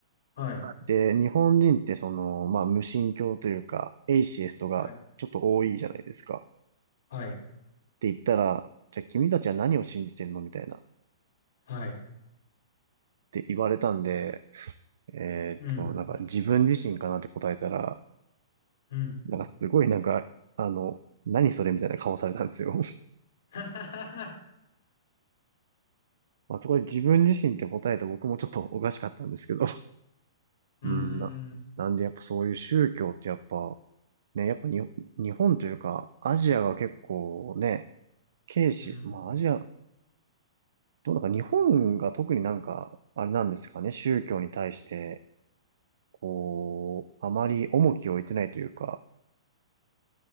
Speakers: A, on the left; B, on the right.
A: はい、
B: で、日本人ってその、まあ無神教というか、エイシエストがちょっと多いじゃないですか。
A: はい、
B: っ
A: はい、
B: て言ったら、じゃあ君たちは何を信じてるのみたいな。っ
A: はい、
B: て言われたんで、えーっと、
A: うん、
B: なんか自分自身かなって答えたら、
A: うん。
B: なんかすごいなんか、あの、何それみたいな顔されたんですよ。
A: <laughs> はははは
B: まあ、そこで自分自身って答えて僕もちょっとおかしかったんですけど。<laughs>
A: うー
B: うん、な、
A: ん、
B: なんでやっぱそういう宗教ってやっぱ、ね、やっぱに、日本というか、アジアが結構ね、軽視、
A: うん。
B: まあアジア、どうなんか日本が特になんか、あれなんですかね、宗教に対して、こう、あまり重きを置いてないというか、